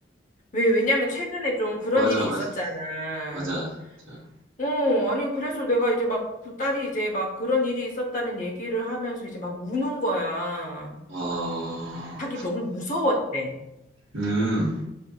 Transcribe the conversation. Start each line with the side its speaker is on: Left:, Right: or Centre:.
Left: 왜, 왜냐면 최근에 좀 그런
Right: 맞아,
Left: 일이
Right: 맞아,
Left: 있었잖아.
Right: 맞아. 맞아.
Left: 어, 아니, 그래서 내가 이제 막 그 딸이 이제 막 그런 일이 있었다는 얘기를 하면서 이제 막 우는 거야.
Right: 아,
Left: 자기 너무 무서웠대.
Right: 음.